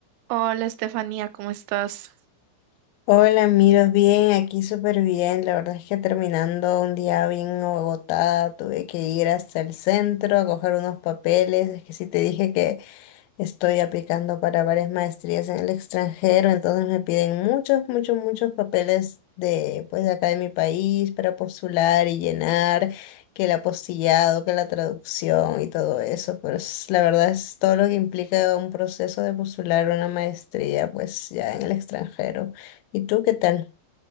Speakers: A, on the right; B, on the left.
A: Hola Estefanía, ¿cómo estás?
B: Hola, miro bien, aquí súper bien. La verdad es que terminando un día bien agotada, tuve que ir hasta el centro a coger unos papeles. Es que sí te dije que Estoy aplicando para varias maestrías en el extranjero, entonces me piden muchos, muchos, muchos papeles de, pues, de acá de mi país para postular y llenar, que el apostillado, que la traducción y todo eso. Pues la verdad es todo lo que implica un proceso de postular una maestría, pues ya en el extranjero. ¿Y tú qué tal?